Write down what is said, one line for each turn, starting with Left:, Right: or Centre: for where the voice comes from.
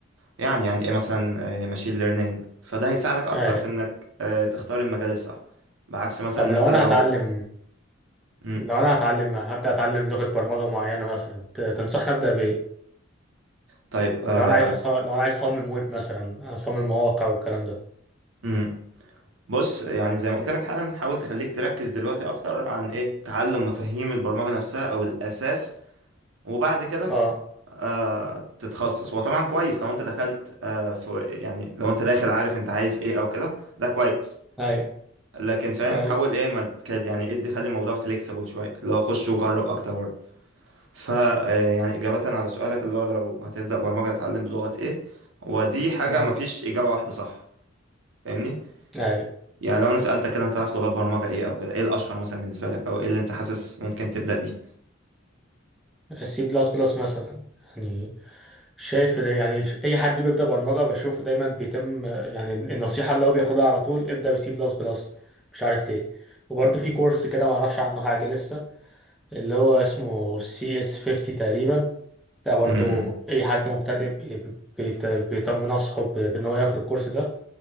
Right: يعني يعني ايه مثلا ماشين ليرنينج فده هيساعدك اكتر
Centre: أيوة
Right: في انك آه، تختار المجال الصح بعكس مثلا
Centre: طب
Right: ان
Centre: لو
Right: انت
Centre: أنا
Right: لو
Centre: هتعلم
Right: مم.
Centre: لو أنا هتعلم هبدأ أتعلم لغة برمجة معينة مثلا ت- تنصحني أبدأ بإيه؟
Right: طيب آه،
Centre: لو أنا عايز أص... لو أنا عايز أصمم ويب مثلا أصمم مواقع والكلام ده
Right: مم. بص يعني زي ما قلت لك حالا حاول تخليك تركز دلوقتي اكتر عن ايه تعلم مفاهيم البرمجة نفسها او الاساس وبعد كده
Centre: اه
Right: آه تتخصص هو طبعا كويس لو انت دخلت آه في يعني لو انت داخل عارف انت عايز ايه او كده ده كويس
Centre: أيوة
Right: لكن فاهم
Centre: طيب
Right: حاول ايه ما تكاد يعني ادي خلي الموضوع فليكسيبل شويه اللي هو خش وجرب اكتر برضه ف آه، يعني اجابه على سؤالك اللي هو لو هتبدا برمجه هتتعلم بلغه ايه هو دي حاجه
Centre: امم
Right: مفيش اجابه واحده صح فاهمني
Centre: أيوة
Right: يعني لو انا سالتك كده انت عارف لغات برمجه ايه او كده ايه الاشهر مثلا بالنسبه لك او ايه اللي انت حاسس ممكن تبدا بيه
Centre: سي بلس بلس مثلا يعني شايف إن يعني ش- اي حد بيبدا برمجه بشوفه دايما بيتم آه، يعني النصيحه اللي هو بياخدها على طول ابدا بسي بلس بلس مش عارف ليه وبرده في كورس كده ما اعرفش عنه حاجه لسه اللي هو اسمه سي اس 50 تقريبا ده برضو
Right: امم
Centre: اي حد مبتدئ بي- بيت- بيطمن اصحه ب- بان هو ياخد الكورس ده